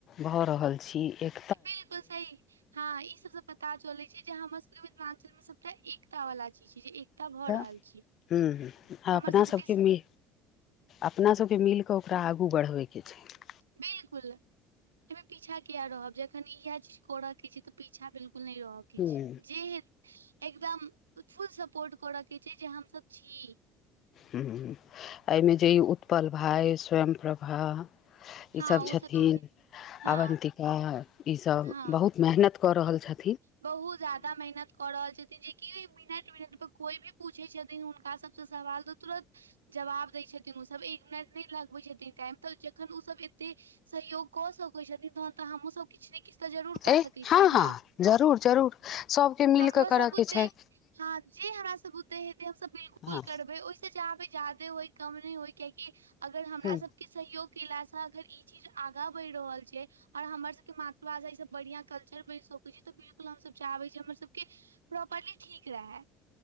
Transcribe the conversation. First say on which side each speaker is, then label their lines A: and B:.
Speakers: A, on the left; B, on the right.
A: भऽ रहल छी एक
B: बिलकुल सही हँ ई सबसँ पता चलै छै जे हमर सबके मिथिलाञ्चल मे सबटा एकता वाला चीज छै जे भऽ
A: तऽ
B: रहल छै।
A: हूं हूं
B: हमर
A: अपना
B: सबके
A: सभके
B: स-
A: मे अपना सबके मिल कऽ ओकरा आगू बढ़बै के छै
B: बिलकुल अईमे पीछा किया रहब जे खन इएह चीज करऽ के छै तऽ पीछा बिलकुल नय रहय के
A: हूँ
B: छै जे हे एकदम फुल सपोर्ट करऽके छै जे हमसब छी
A: हूं एहिमे जे ई उत्पल भाय स्वयं प्रभा
B: हाँ
A: ईसभ
B: ओ
A: छथिन
B: सब हाँ,
A: अवन्तिका ईसभ
B: हाँ।
A: बहुत मेहनत कऽ रहल छथि
B: बहुत जादा मेहनत कऽ रहल छथिन जेकि मिनट मिनट पर कोई भी पूछै छथिन हुनका सबसँ सवाल तऽ तुरत जवाब दै छथिन न ओ सब एक मिनट नय लगबै छथिन टाइम तऽ जखन ओ सब एते सहयोग कऽ सकै छथिन तहन तऽ हमहुँ सभ किछ न किछ तऽ जरूर कऽ
A: ए
B: सकै
A: हँ
B: छियै
A: हँ
B: न
A: जरूर जरूर सभके मिल
B: हमरो
A: कऽ
B: सब
A: करयके
B: बुते
A: छै
B: हँ जे हमरा सब बुते हेतै हम सब बिलकुल
A: हँ
B: फूल करबै ओहिस जाहबै जादे होइ कम नय होइ कियाकि अगर हमरा
A: ह
B: सबके सहयोग केला सं अगर ई जी चीज आगा बढ़ि रहल छै आ हमर सब के मातृभाषा ई सब बढ़िया कल्चर बनि सक छै त बिल कुल हम सब चाहबै जे हमर सबके प्रॉपरली ठीक रहे